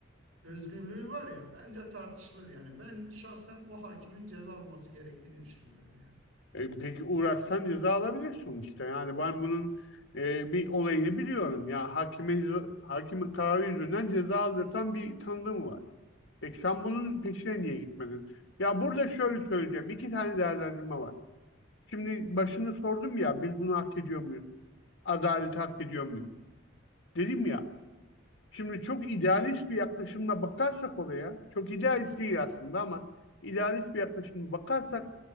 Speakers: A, on the right (about 75°); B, on the left (about 70°).
A: özgürlüğü var ya bence tartışılır yani. Ben şahsen o hakimin ceza alması gerektiğini düşünüyorum yani.
B: E, peki uğraşsan ceza alabilir sonuçta. Yani ben bunun e, bir olayını biliyorum. Ya hakime hakime kararı yüzünden ceza aldırtan bir tanıdığım var. Peki sen bunun peşine niye gitmedin? Ya burada şöyle söyleyeceğim. İki tane değerlendirme var. Şimdi başını sordum ya biz bunu hak ediyor muyuz? Adaleti hak ediyor muyuz? Dedim ya. Şimdi çok idealist bir yaklaşımla bakarsak olaya, çok idealist değil aslında ama idealist bir yaklaşımla bakarsak